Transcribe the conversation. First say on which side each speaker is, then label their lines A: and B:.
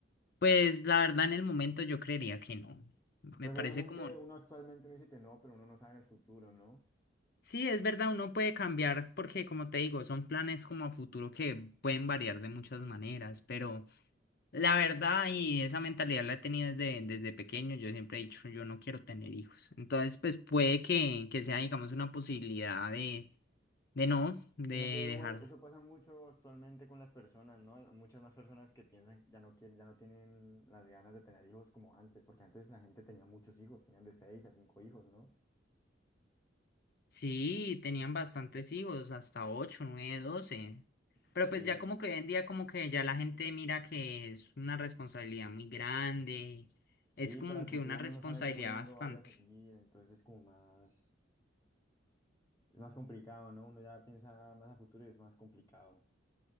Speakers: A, on the left (about 55°); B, on the left (about 15°).
A: Pues la verdad en el momento yo creería que no. Me
B: Pues
A: parece
B: obviamente
A: como...
B: uno actualmente uno dice que no, pero uno no sabe en el futuro, ¿no?
A: Sí, es verdad, uno puede cambiar porque, como te digo, son planes como a futuro que pueden variar de muchas maneras, pero... La verdad, y esa mentalidad la he tenido desde, desde pequeño, yo siempre he dicho, yo no quiero tener hijos. Entonces, pues puede que, que sea, digamos, una posibilidad de, de no, de
B: Sino que igual
A: dejar.
B: eso pasa mucho actualmente con las personas, ¿no? Muchas más personas que piensan ya no quieren, ya no tienen las ganas de tener hijos como antes, porque antes la gente tenía muchos hijos, tenían de seis a cinco hijos, ¿no?
A: Sí, tenían bastantes hijos, hasta ocho nueve doce
B: Sí,
A: Pero pues ya como que hoy en día como que ya la gente mira que es una responsabilidad muy grande,
B: sí,
A: es como
B: para el
A: que
B: futuro
A: una
B: uno
A: responsabilidad
B: no sabe cómo el mundo
A: bastante.
B: vaya a seguir, entonces es como más, es más complicado, ¿no? Uno ya piensa más a futuro y es más complicado.